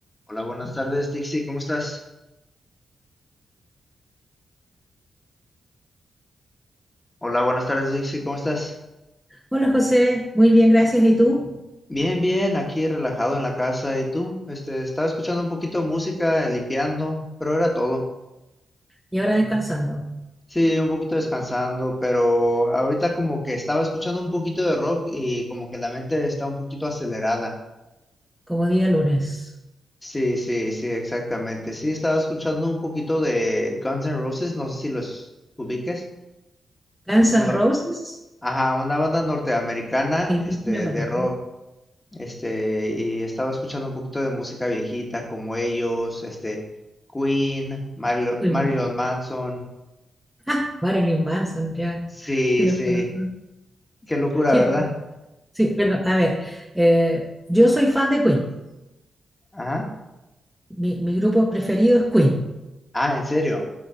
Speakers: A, on the left; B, in the centre.
A: Hola, buenas tardes, Dixie, ¿cómo estás? Hola, buenas tardes, Dixie, ¿cómo estás?
B: Hola José, muy bien, gracias. ¿Y tú?
A: Bien, bien, aquí relajado en la casa. ¿Y tú? Este, estaba escuchando un poquito de música, eh, limpiando, pero era todo.
B: Y ahora descansando,
A: Sí, un poquito descansando, pero ahorita como que estaba escuchando un poquito de rock y como que la mente está un poquito acelerada.
B: como día lunes.
A: Sí, sí, sí, exactamente. Sí, estaba escuchando un poquito de Guns N' Roses, no sé si los ubiques.
B: Guns
A: Una,
B: N' Roses,
A: ajá, una banda norteamericana,
B: sí,
A: este,
B: sí la conozco.
A: de rock. Este, y estaba escuchando un poquito de música viejita como ellos, este, Queen, Marlo-
B: Uy,
A: Marilyn Manson.
B: Ah, Marilyn Manson, ya.
A: Sí,
B: Sí, la
A: sí,
B: conozco.
A: qué locura,
B: sí,
A: ¿verdad?
B: sí, pero a ver, eh, yo soy fan de Queen.
A: Ajá.
B: Mi, mi grupo preferido es Queen.
A: Ah, ¿en serio?